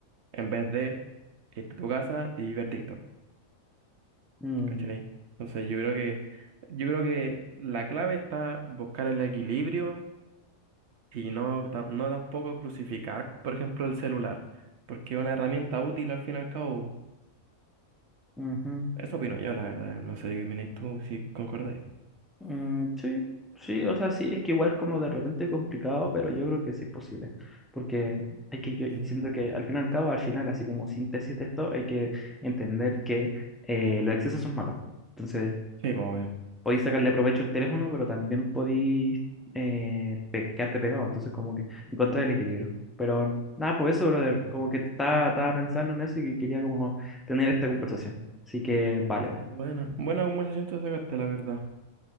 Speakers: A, on the right (about 60°); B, in the centre.
A: en vez de irte a tu casa y ver TikTok.
B: mm,
A: ¿Cachai? Entonces yo creo que, yo creo que la clave está buscar el equilibrio y no, ta- no tampoco crucificar, por ejemplo, el celular, porque es una herramienta útil al fin y al cabo.
B: ujú.
A: Eso opino yo, la verdad. No sé qué opináis tú, si concordáis.
B: Mm, sí, sí, o sea, sí, es que igual es como de repente complicado, pero yo creo que sí es posible, porque hay que, yo
A: Sí,
B: siento
A: po.
B: que al fin y al cabo, al final, así como síntesis de esto, hay que entender que eh, los excesos son malos. Entonces,
A: Sí, pues obvio.
B: podéis sacarle provecho al teléfono, pero también podéis eh, pe- quedarte pegado, entonces como que encontrar el equilibrio. Pero nada, pues eso, brother,
A: Sí, po.
B: como que estaba, estaba pensando en eso y que quería como tener esta conversación. Así que, vale, bueno.
A: Buena, buena conversación te sacaste, la verdad.